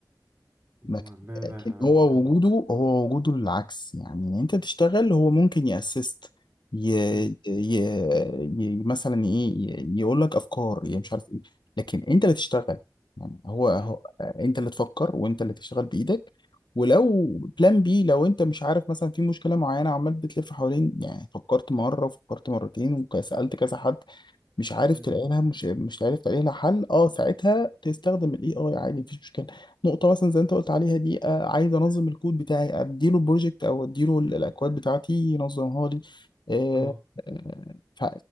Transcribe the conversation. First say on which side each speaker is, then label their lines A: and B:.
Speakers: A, on the left; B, on the right.
A: لكن
B: ما ده
A: لكن
B: ده
A: هو
B: كان
A: وجوده
B: مظبوط
A: هو وجوده العكس يعني إن انت تشتغل هو ممكن يأسست ي...
B: امم
A: ي... ي... مثلا ايه يقول لك افكار يعني مش عارف ايه لكن انت اللي تشتغل يعني هو, هو
B: امم
A: انت اللي تفكر وانت اللي تشتغل بايدك ولو بلان بي لو انت مش عارف مثلا في مشكله معينه عمال بتلف حوالين يعني فكرت مره وفكرت مرتين وسالت كذا حد مش عارف
B: امم
A: تلاقي لها مش مش عارف تلاقي لها حل اه ساعتها تستخدم الاي اي عادي مفيش مشكله نقطه مثلا زي انت قلت عليها دي آه عايز انظم الكود بتاعي اديله بروجكت او اديله ال- الاكواد بتاعتي ينظمها لي آه
B: اه
A: آه ف-